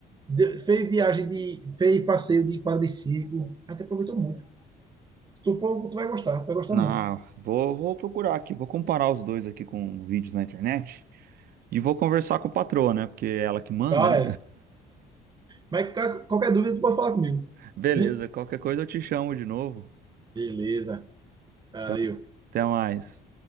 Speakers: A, on the right (about 25°); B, on the right (about 60°).
A: De- fez viagem de, fez passeio de quadriciclo. A gente aproveitou muito. Se tu for, tu vai gostar, tu vai gostar
B: Ah,
A: muito.
B: vou vou procurar aqui, vou comparar os dois aqui com vídeos na internet e vou conversar com a patroa, né? Porque é ela que manda,
A: Tá,
B: né?
A: é. Mas qual- qualquer dúvida, tu pode falar comigo.
B: <laughs> Beleza,
A: Vi?
B: qualquer coisa eu te chamo de novo.
A: Beleza. Valeu.
B: Então, até mais.